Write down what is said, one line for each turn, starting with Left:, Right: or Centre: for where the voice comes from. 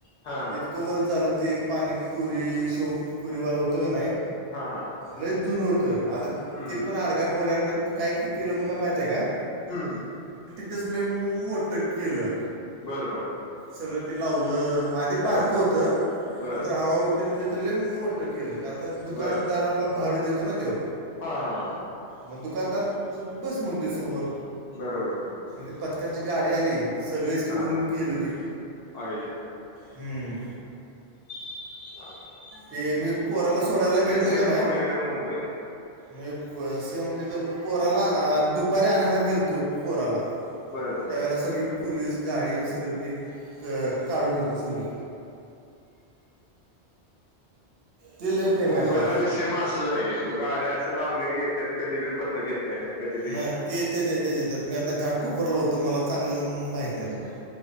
Left: हा
Right: इतकं वर झालं ते पाणीपुरी शेवपुरीवालं होतं का नाही
Left: हा हा
Right: लय जुन होतं आता
Left: हम्म
Right: ते
Left: हम्म
Right: पण आडकाट बोडन काय कलं म माहित आहे का
Left: हम् ह
Right: तसले मो मोट केलं
Left: बरं बर
Right: सगळं ते लावलं आधी
Left: हा
Right: बारकं होतं
Left: बर
Right: नंतर हळूहळू त्याने तिथले मोटतं केलं कारता दुकानदाराला
Left: बर
Right: भाड देतो ना तेो
Left: हा हा हा
Right: मग दुकानदार बस म्हणते समोर
Left: बरोबर
Right: त पथकाची गाडी आली सगळेचकटून
Left: हा हा
Right: गेलती
Left: आई ग.
Right: ह
Left: ह
Right: ते मी पोराला सोडायला गेलतो
Left: सेम
Right: का नाही
Left: पुण्यागत मुंबईला
Right: मी सेम तर पोराला दुपारी आणायला गेलतो पोराला
Left: बरं बर
Right: त्यावेळेला सगळी पोलीस गाडी आणि सगळे ते काढत होती सगळी ते लय बेकार
Left: मुंबईला
Right: काम
Left: बी सेम असंच आहे गाड्या अशे लावल्या की येतात कधी बी पथक येते आणि कधी बी
Right: नाही
Left: हे करते
Right: ते येतच येतच येत मी आता घाटकोपरल होतो मला चांगलं माहित
Left: हम्म
Right: आहे